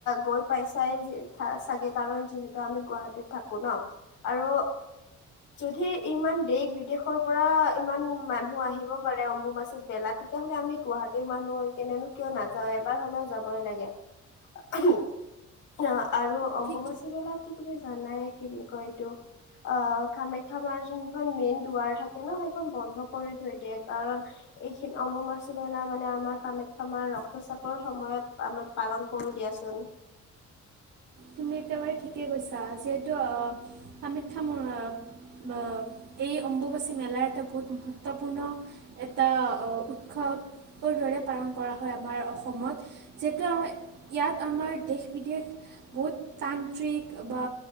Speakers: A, on the left; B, on the right.
A: গৈ পাইছাই চাগে কাম কাৰন যিহেতু আমি গুৱাহাটীত থাকো ন আৰু যদি ইমান দেশ -বিদেশৰ পৰা ইমান মানুহ আহিব পাৰে অম্বুবাচি মেলাত তেতিয়া তেতিয়াহলে আমি গুৱাহাটীৰ মানুহ হৈ এনেনো কিয় নাযাওঁ এবাৰ হলেও যাবই লাগে। <unintelligible> আৰু অম্বুবাচী
B: ঠিক
A: মেলাত তুমি জানাই কি বুলি কয় এইটো অ কামাখ্যা মাৰ যোনখন মেইন দুৱাৰ থাকে ন সেই বন্ধ কৰি থৈ দিয়ে। কাৰণ এইখন অম্বুবাছি মেলা মানে আমাৰ কামাখ্যা মাৰ ৰক্তচাপৰ সময়ত আমাৰ পালন কৰো দিয়াচোন।
B: তুমি একেবাৰে ঠিকে কৈছা যিহেতু অহ কামাখ্যা মাৰ এই অম্বুবাচী মেলাৰ এটা বহুত মহত্বপূৰ্ণ এটা অ উৎসৱ দৰে পালন কৰা হয় আমাৰ অসমত, যিহেতু আমাৰ ইয়াত আমাৰ দেশ বিদেশ
A: <inaudible>
B: বহুত তান্ত্ৰিক বা